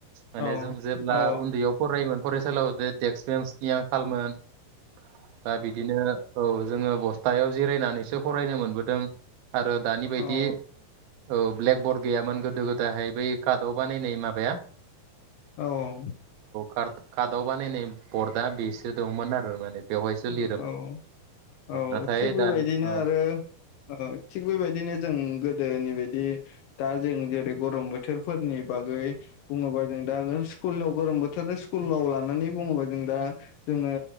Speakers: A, on the right; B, on the left.
A: माने
B: औ
A: जों जेब्ला
B: औ
A: उन्दैयाव फरायोमोन फरायसालियाव दो डेक्स्स बेन्सनि आंखालमोन दा बिदिनो औ जोङो बस्थायाव जिरायनानैसो फरायनो मोनो गुददों आरो दानि बायदि
B: औ
A: औ ब्लेक बरड गैयामोन गोदो गोदाहाय बै कार्डआव बानायनाय माबाया
B: औ औ
A: कार कार्टआवबा न नै बरदा बेसो दंमोन आरो माने बेवहायसो
B: औ
A: लिरोमोन
B: औ
A: नाथाय
B: थिग बेबायदिनो
A: दानि ओ
B: आरो थिग बेबायदिनो जों गोदोनि बायदि दा जों जेरै गरम बोथोरफोरनि बागै बुङोबा जों दा स्कुलाव गरम बोथोर स्कुलाव लानानै बुङोबा जों दा जोङो